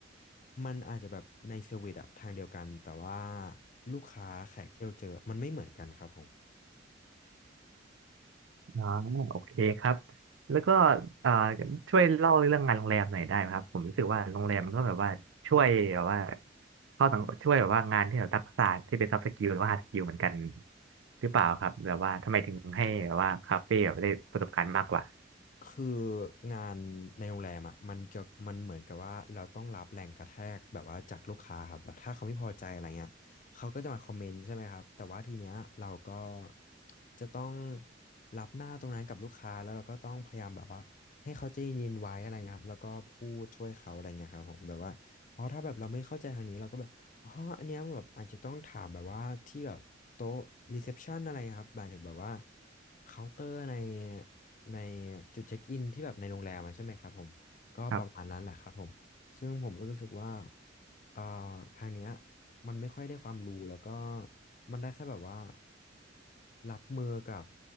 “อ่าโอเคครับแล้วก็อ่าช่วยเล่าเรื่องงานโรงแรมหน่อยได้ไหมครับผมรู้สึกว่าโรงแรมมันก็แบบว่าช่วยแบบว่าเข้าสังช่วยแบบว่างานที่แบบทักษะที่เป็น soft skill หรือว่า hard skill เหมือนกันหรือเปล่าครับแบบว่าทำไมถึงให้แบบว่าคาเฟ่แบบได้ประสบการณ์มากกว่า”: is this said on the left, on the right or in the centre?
Right